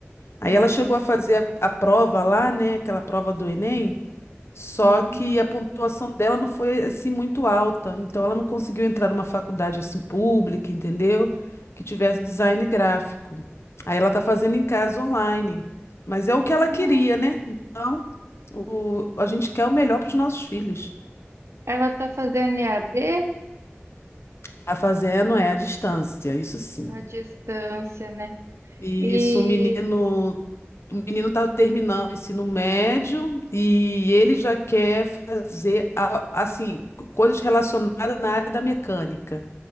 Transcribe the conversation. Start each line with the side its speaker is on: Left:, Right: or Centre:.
Left: Aí
Right: hum,
Left: ela chegou a fazer a, a prova lá, né, aquela prova do Enem, só
Right: uhum.
Left: que a pontuação dela não foi assim muito alta, então ela não conseguiu entrar numa faculdade assim pública, entendeu? Que tivesse design gráfico. Aí ela tá fazendo em casa online, mas é o que ela
Right: Nossa.
Left: queria, né? Então, o, a gente quer o melhor para os nossos filhos.
Right: Ela está fazendo EAD
Left: Tá fazendo é a distância, isso sim.
Right: à distância, né?
Left: E
Right: E
Left: Isso, o menino, o menino tá terminando o ensino médio e ele já quer fazer a- assim, coisas relacionadas na área da mecânica,